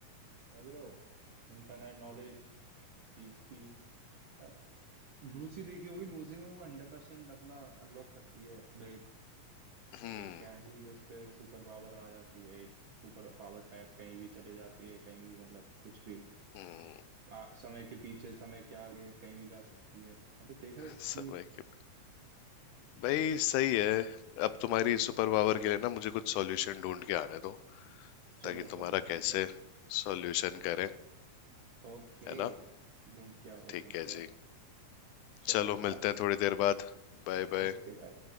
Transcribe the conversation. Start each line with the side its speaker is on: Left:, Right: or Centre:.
Right: समझ रहे हो इनफाइनाइट नॉलेज हर चीज की अब लूसी देखी होगी लूसी में वो हंड्रेड परसेंट अपना अनलॉक करती है ब्रेन
Left: हम्म
Right: तो क्या ही उस पे सुपर पावर आ जाती है एक सुपर पावर टाइप कहीं भी चले जाती है कहीं भी मतलब कुछ भी
Left: हम्म।
Right: आ, समय के पीछे समय के आगे कहीं भी जा सकती है हाँ, तो देख रहे हो कितनी
Left: समय के भाई सही है अब तुम्हारी सुपर पावर के लिए ना मुझे कुछ सॉल्यूशन ढूंढ के आने दो
Right: चलो
Left: ताकि तुम्हारा
Right: चलो
Left: कैसे
Right: ठीक है
Left: सॉल्यूशन करें
Right: ओके
Left: है ना
Right: ढूंढ क्या हो
Left: ठीक
Right: ढूंढ
Left: है
Right: क्या
Left: जी
Right: हो चलो
Left: चलो
Right: बाय
Left: मिलते हैं थोड़ी देर बाद Bye bye
Right: ओके बाय